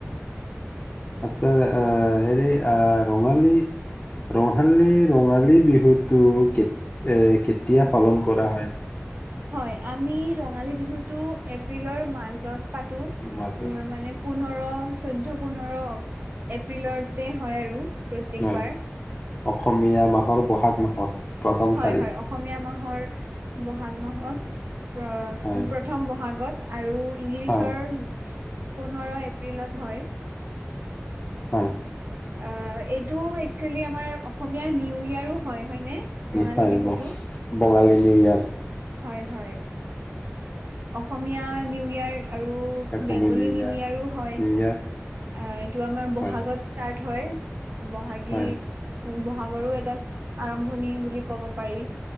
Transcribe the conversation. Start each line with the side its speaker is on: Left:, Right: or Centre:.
Left: আচ্ছা আহ হেৰি আহ ৰঙালী, ৰঙালী ৰঙালী বিহুটো কে এ কেতিয়া পালন কৰা হয়?
Right: হয় আমি ৰঙালী বিহুতটো এপ্ৰিলৰ মাজত পাতো উ
Left: মাজত
Right: মানে পোন্ধৰ চৈধ্যয় পোন্ধৰ এপ্ৰিলতে হয় আৰু। প্ৰত্যেকবাৰ
Left: হয় অসমীয়া মাহৰ বহাগ মাহত প্ৰথম
Right: হয়
Left: তাৰিখ
Right: হয় অসমীয়া মাহৰ বহাগ মাহত
Left: হয়
Right: প্ৰথম বহাগত আৰু ইংলিছৰ
Left: হয়
Right: পোন্ধৰ এপ্ৰিলত হয়।
Left: হয়।
Right: অ এইটো একচুৱেলি আমাৰ অসমীয়া নিউ ইয়াৰো হয়। হয়নে ৰঙালী
Left: হয়
Right: বিহুটো?
Left: বঙালী নিউ ইয়া
Right: হয় হয় অসমীয়া নিউ ইয়াৰ আৰু
Left: অসমীয়া
Right: বেংগলী নিউ
Left: ইয়াৰ
Right: ইয়াৰো হয়।
Left: নিউ
Right: অ
Left: ইয়াৰ
Right: এইটো আমাৰ
Left: হয়
Right: বহাগত হয়। বহাগী
Left: হয়
Right: বহাগৰো এটা আৰম্ভণি বুলি ক'ব পাৰি।